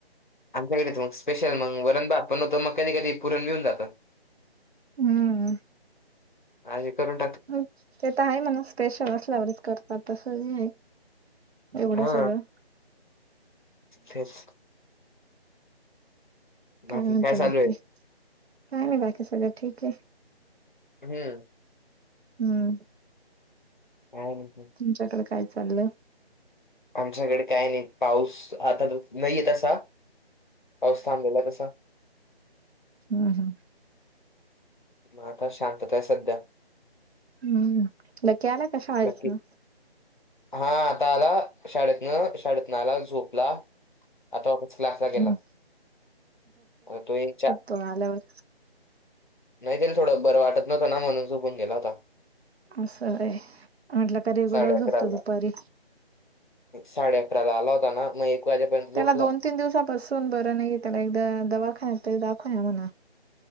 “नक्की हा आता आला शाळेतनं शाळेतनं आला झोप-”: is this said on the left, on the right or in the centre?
Left